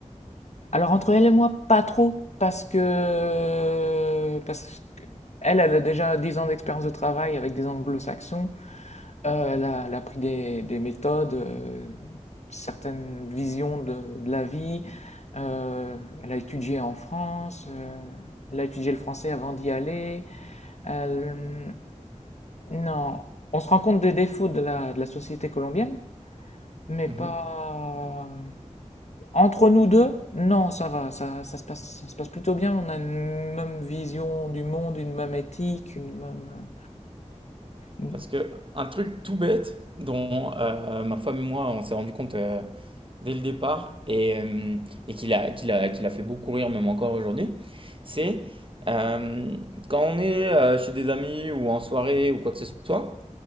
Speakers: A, on the left; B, on the right.
A: Alors entre elle et moi, pas trop, parce que, parce que elle, elle a déjà 10 ans d'expérience de travail avec des anglo-saxons, Euh, elle a, elle a pris des, des méthodes, euh, certaines visions de, de la vie. Euh, elle a étudié en France. euh, elle a étudié le français avant d'y aller. Elle- Non, on se rend compte des défauts de la, de la société colombienne, mais
B: Mhm.
A: pas... euh, Entre nous deux, non, ça va, ça, ça se passe, ça se passe plutôt bien. On a une même vision du monde, une même éthique, une même... euh, une-
B: Parce que un truc tout bête dont euh, ma femme et moi on s'est rendu compte euh, dès le départ et, euh, et qu'il a, qu'il a, qu'il a fait beaucoup rire même encore aujourd'hui, c'est euh, quand on est euh, chez des amis ou en soirée ou quoi que ce soit,